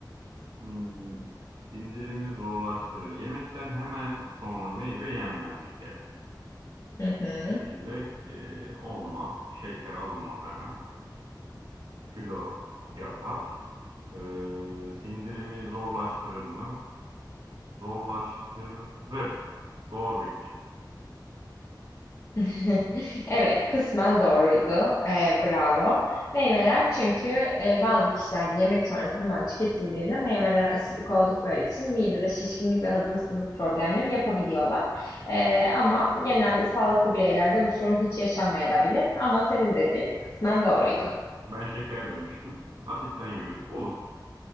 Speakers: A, on the right (about 70°); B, on the left (about 45°).
A: Hmm, sindirimi zorlaştırır. Yemekten hemen sonra meyve yenmez bir kere.
B: Hı hı.
A: Bu şekilde e, olmaz. Şeker alınmaz hemen. Kilo yapar. E, sindirimi zorlaştırır mı? Zorlaştırır. Doğru bilgi.
B: <laughs> Evet, kısmen doğruydu. Ee, bravo. Meyveler çünkü e, bazı kişilerde yemek sonrası hemen tüketildiğinde meyveler asidik oldukları için midede şişkinlik ve hazımsızlık problemleri yapabiliyorlar. Ee, ama genelde sağlıklı bireylerde bu sorun hiç yaşanmayabilir. Ama senin dediğin kısmen doğruydu.
A: Ben şeker demiştim. Asitten yürüdük. Olur.